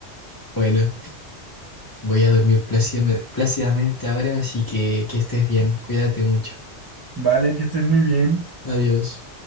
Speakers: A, on the left; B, on the right.
A: Bueno, voy a dormir plácidamente plácidamente ahora, así que que estés bien, cuídate mucho.
B: Vale, que estés muy bien.
A: Adiós.